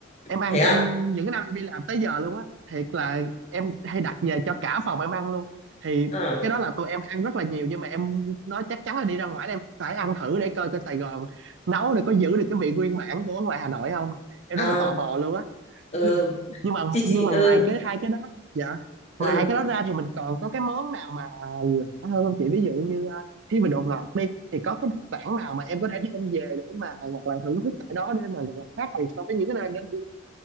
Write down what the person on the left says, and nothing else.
thế à
ờ
à,
ừ
chị
chị
ừ
ừ